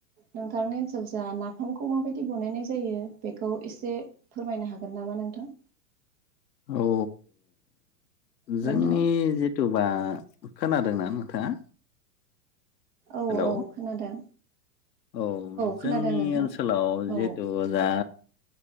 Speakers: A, on the right; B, on the left.
A: नोंथांनि ओनसोलजा नाफामखौ माबायदि बनायनाय जायो बेखौ एसे फोरमायनो हागोन नामा नोंथां?
B: औ
A: नोंथां
B: जोंनि जि जितुबा खोनादोंना नोंथाङा?
A: औ-औ
B: हेलौ
A: खोनादों।
B: औ
A: खोनादों
B: जोंनि
A: नोंथां
B: ओनसोलाव
A: औ
B: जिहेथु दा